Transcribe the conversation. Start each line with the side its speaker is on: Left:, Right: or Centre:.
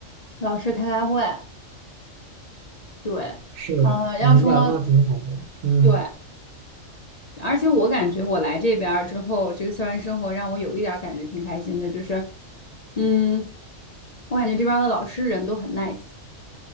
Left: 老师开开会，对，
Right: 是，
Left: 嗯、
Right: 明白，
Left: 要说
Right: 那挺好的。嗯，
Left: 对，而且我感觉我来这边儿之后，这个校园生活让我有一点儿感觉挺开心的，就是，嗯，我感觉这边儿的老师人都很 nice，